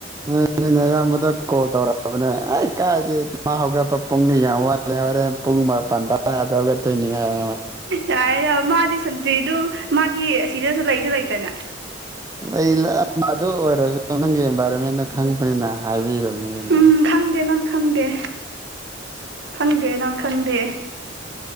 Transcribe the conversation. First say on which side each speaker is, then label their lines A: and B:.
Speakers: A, on the right; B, on the right.
A: ꯅꯣꯏ ꯅꯌꯥꯝꯕꯗ ꯀꯣꯜ ꯇꯧꯔꯛꯑꯕꯅꯦ ꯑꯩ ꯀꯥꯏꯗꯤ ꯃꯥ ꯍꯧꯒꯠꯄ ꯄꯨꯡꯗꯤ ꯌꯥꯝ ꯋꯥꯠ ꯍꯧꯔꯦꯟ ꯄꯨꯡ ꯃꯥꯄꯟ ꯇꯔꯥꯗ ꯍꯧꯒꯠꯇꯣꯏꯅꯤ ꯍꯥꯏꯌꯦ ꯃꯥ
B: ꯌꯥꯔꯦ ꯃꯥꯗꯤ ꯁꯟꯗꯦꯗꯨ ꯃꯥꯗꯤ ꯑꯁꯤꯗꯁꯨ ꯂꯩꯁꯨ ꯂꯩꯇꯅ
A: ꯂꯩ ꯑꯗꯨ ꯑꯣꯏꯔꯁꯨ ꯅꯪꯒꯤ ꯑꯦꯟꯚꯥꯏꯔꯣꯟꯃꯦꯟꯗꯣ ꯈꯪꯕꯅꯤꯅ ꯍꯥꯏꯕꯤꯔꯕꯅꯤ ꯑꯗꯨꯝꯅ
B: ꯎꯝ ꯈꯪꯗꯦ ꯅꯪ ꯈꯪꯗꯦ ꯈꯪꯗꯦ ꯅꯪ ꯈꯪꯗꯦ